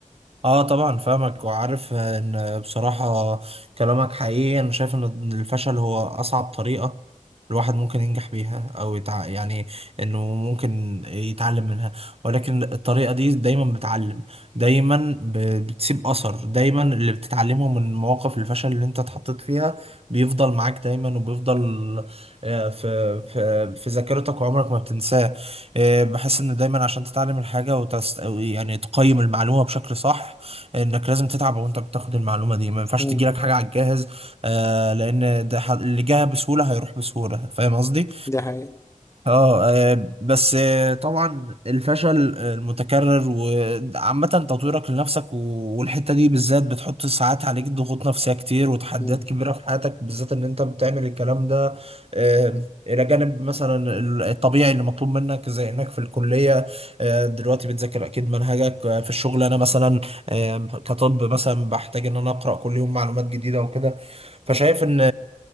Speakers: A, on the right (about 45°); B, on the left (about 20°).
A: اه طبعا فاهمك وعارف ان بصراحة كلامك حقيقي انا شايف ان الفشل هو اصعب طريقة الواحد ممكن ينجح بيها او يتع... يعني انه ممكن يتعلم منها ولكن الطريقة دي دايما بتعلم دايما ب... بتسيب اثر دايما اللي بتتعلمه من مواقف الفشل اللي انت اتحطيت فيها بيفضل معاك دايما وبيفضل آه، في في في ذاكرتك وعمرك ما بتنساه آه، بحس ان دايما عشان تتعلم الحاجة وتست... أو يعني تقيم المعلومة بشكل صح انك لازم تتعب وانت بتاخد المعلومه دي ما ينفعش
B: مم.
A: تجيلك حاجه على الجاهز آه لان ده ح- اللي جاها بسهوله هيروح بسهوله فاهم قصدي
B: دي حقيقة
A: اه آه، بس آه، طبعا الفشل آه، المتكرر وعامة تطويرك لنفسك و- والحتة دي بالذات بتحط ساعات عليك ضغوط نفسية كتير وتحديات
B: مم.
A: كبيرة في حياتك بالذات ان انت بتعمل الكلام ده آه، الى جانب مثلا ال- الطبيعي اللي مطلوب منك زي انك في الكلية آه، دلوقتي بتذاكر اكيد منهجك آه، في الشغل انا مثلا آه، كطب مثلا بحتاج ان انا اقرأ كل يوم معلومات جديدة وكده فشايف ان